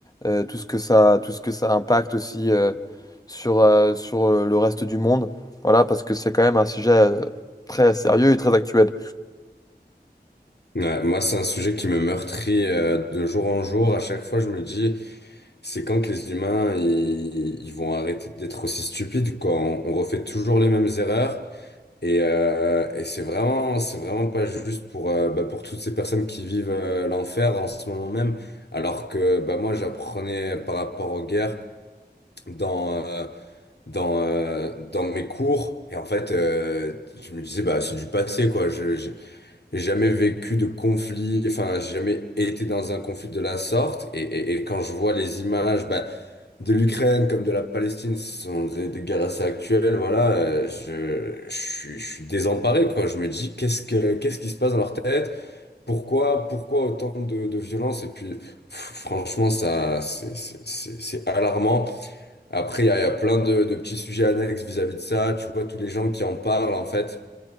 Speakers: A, on the left; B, on the left.
A: euh, tout ce que ça, tout ce que ça impacte aussi euh, sur, euh, sur euh, le reste du monde. Voilà, parce que c'est quand même un sujet euh, très sérieux et très actuel.
B: Ouais, moi, c'est un sujet qui me meurtrit euh, de jour en jour. À chaque fois, je me dis, c'est quand que les humains, ils, ils vont arrêter d'être aussi stupides, quoi. On, on refait toujours les mêmes erreurs. Et, euh, et c'est vraiment, c'est vraiment pas juste pour, euh, bah, pour toutes ces personnes qui vivent euh, l'enfer en ce moment même. Alors que bah, moi, j'apprenais par rapport aux guerres dans, euh, dans, euh, dans mes cours. Et en fait, euh, je me disais, bah, c'est du passé, quoi. Je, j'ai jamais vécu de conflit, enfin, j'ai jamais été dans un conflit de la sorte. Et, et, et quand je vois les images bah, de l'Ukraine comme de la Palestine, ce sont des, des guerres assez actuelles, voilà, euh, je, je, suis je suis désemparé, quoi. Je me dis, qu'est-ce que, qu'est-ce qui se passe dans leur tête? Pourquoi, pourquoi autant de, de violence? Et puis, pff, franchement, ça, c'est c'est- c'est- c'est alarmant. Après, il y a, il y a plein de, de petits sujets annexes vis-à-vis de ça. Tu vois, tous les gens qui en parlent, en fait.